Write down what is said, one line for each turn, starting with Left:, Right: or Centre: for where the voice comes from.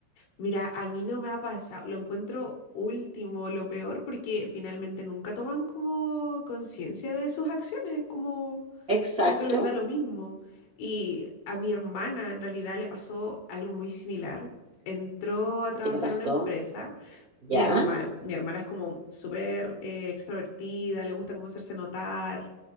Left: Mira, a mí no me ha pasado. Lo encuentro último, lo peor, porque finalmente nunca toman como conciencia de sus acciones, como,
Right: Exacto.
Left: como que les da lo mismo. Y a mi hermana en realidad le pasó algo muy similar. Entró a trabajar
Right: ¿Qué le pasó?
Left: a una empresa.
Right: Ya,
Left: Mi hermana, mi hermana es como súper eh, extrovertida, le gusta como hacerse notar.